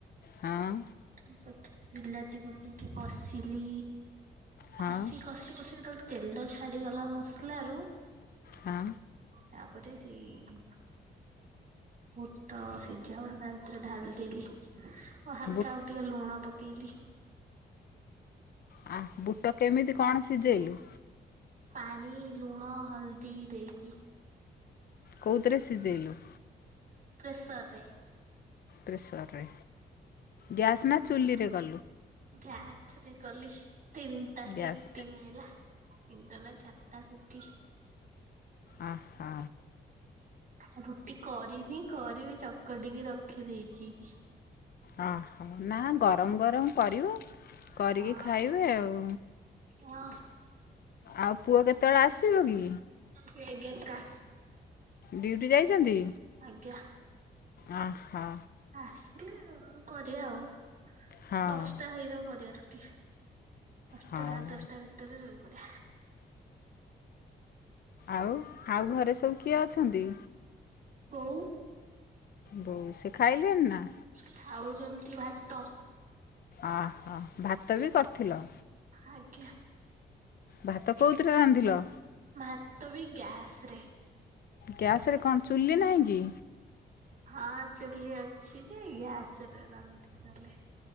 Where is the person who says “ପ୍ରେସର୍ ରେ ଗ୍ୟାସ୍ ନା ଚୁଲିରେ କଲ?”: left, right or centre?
Left